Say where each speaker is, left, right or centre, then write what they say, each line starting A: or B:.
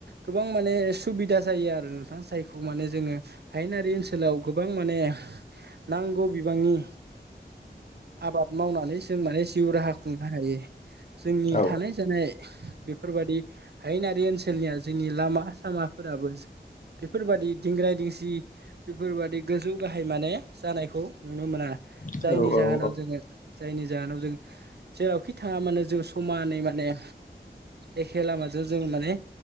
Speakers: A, on the right; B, on the left.
A: गोबां माने सुबिदा जायो आरो नोंथाङा। जायखौ माने जोङो हायेनारि ओनसोलाव गोबां माने नांगौ बिबांनि आबाद मावनानै जों माने जिउ राहा खुंनो हायो। जोंनि
B: औ
A: थानाय जानाय बेफोरबादि हायेनारि ओनसोलनिया जोंनि लामा सामाफोराबो बेफोरबायाददि दिंग्रााय दिंसि बेफोरबादि गोजौ गाहाय माने जानायखौ नुनो मोना।
B: औ
A: जायनि जाहोनाव
B: औ
A: जोङो जायनि जाहोनाव जों जेरावखि थाङा मानो जों समानै माने एखे लामाजों जोंङो माने